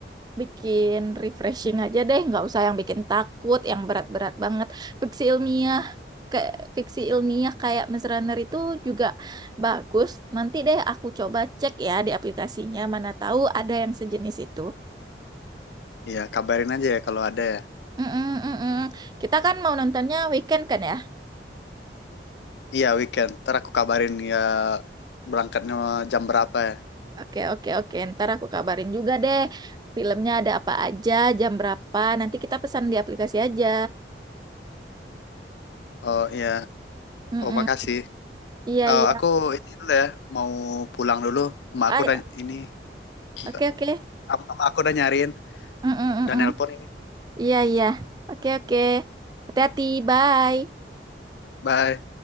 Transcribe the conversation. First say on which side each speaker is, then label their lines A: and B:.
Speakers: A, on the right; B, on the left.
A: bikin refreshing aja deh, nggak usah yang bikin takut, yang berat-berat banget. Fiksi ilmiah, kayak fiksi ilmiah kayak Maze Runner itu juga bagus. Nanti deh aku coba cek ya di aplikasinya, mana tahu ada yang sejenis itu.
B: Iya kabarin aja ya kalau ada ya.
A: Mm-mm, mm-mm. Kita kan mau nontonnya weekend kan ya?
B: Iya weekend. Ntar aku kabarin ya berangkatnya jam berapa ya.
A: Oke, oke, oke. Ntar aku kabarin juga deh. Filmnya ada apa aja, jam berapa. Nanti kita pesan di aplikasi aja.
B: Oh iya.
A: Mm-mm.
B: Oh makasih.
A: Iya,
B: Eh,
A: iya.
B: aku ini dulu ya. Mau pulang dulu. Emak
A: Ay,
B: aku dan ini. Bentar.
A: oke, oke.
B: Em- Emak aku udah nyariin.
A: Mm-mm-mm.
B: Dan nelpon ini.
A: Iya, iya. Oke, oke. Hati-hati. Bye.
B: Bye.